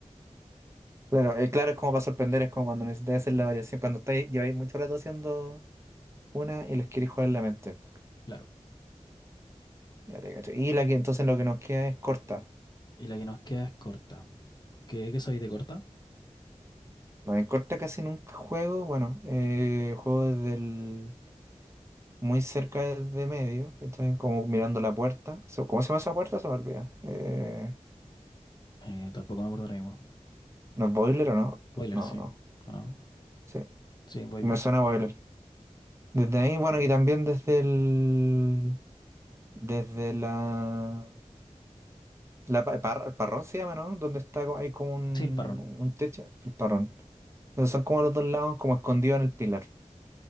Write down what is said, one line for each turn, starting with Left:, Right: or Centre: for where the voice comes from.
Right: Claro, eh, claro, es como para sorprender, es como cuando necesitas hacer la variación, cuando estáis, lleváis mucho rato haciendo una y les queréis jugar la mente.
Left: claro.
Right: Ya te cacho. Y la que entonces lo que nos queda es corta.
Left: Y la que nos queda es corta. ¿Qué, qué sabéis de corta?
Right: No, en corta casi nunca juego, bueno, eh, juego desde el, muy cerca de medio, ¿cachai? Como mirando la puerta. So- ¿Cómo se llama esa puerta? Se me olvida. Eh,
Left: Eh, tampoco me acuerdo ahora mismo.
Right: ¿no es boiler o no?
Left: Boiler,
Right: No,
Left: sí.
Right: no.
Left: ¿O no?
Right: Sí,
Left: Sí, boiler.
Right: me suena a boiler. Desde ahí, bueno, y también desde el, desde la La pa- par- el parrón se llama, ¿no? Donde está, co- hay como un,
Left: Sí, el parrón.
Right: un techo, el parrón. Entonces son como los dos lados, como escondidos en el pilar.